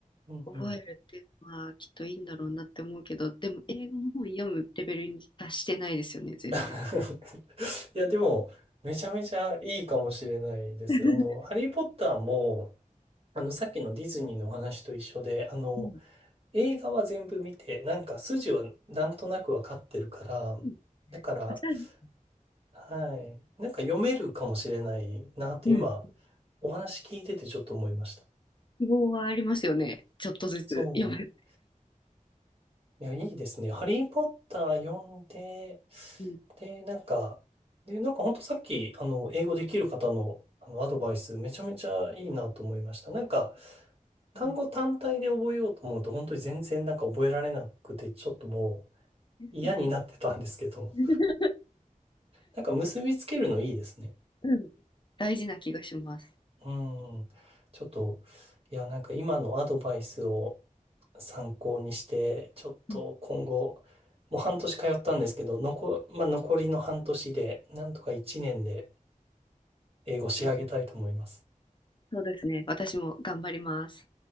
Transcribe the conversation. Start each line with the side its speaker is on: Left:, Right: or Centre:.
Right: うんうん。
Left: 覚えるっていうのはきっといいんだろうなって思うけど、でも英語の本読むレベルに達してないですよね、全然。
Right: <laughs> いや、でも、めちゃめちゃいいかもしれないです。
Left: <laughs>
Right: あの、ハリー・ポッターも、あの、さっきのディズニーのお話と一緒で、あの、
Left: うん
Right: 映画は全部見て、なんか筋はなんとなくわかってるから、
Left: うん
Right: だから、
Left: じゃあ、
Right: はい。なんか読めるかもしれないなって今、
Left: うん、
Right: お話聞いててちょっと思いました。
Left: 希望はありますよね、ちょっとずつ読む。
Right: そう。いや、いいですね。ハリーポッター読んで、
Left: うん
Right: で、なんか、で、なんかほんとさっき、あの、英語できる方の、あの、アドバイス、めちゃめちゃいいなと思いました。なんか、単語単体で覚えようと思うと、
Left: うん
Right: 本当に全然なんか覚えられなくて、ちょっとも
Left: ですよ
Right: う嫌になってたんですけど、
Left: ね
Right: なんか結びつけるのいいですね。
Left: うん大事な気がします。
Right: うん。ちょっと、いや、なんか今のアドバイスを参考にして、ちょっと今後、
Left: うん
Right: もう半年通ったんですけど、残、まあ、残りの半年で、なんとか1年で英語仕上げたいと思います。
Left: そうですね。私も頑張ります。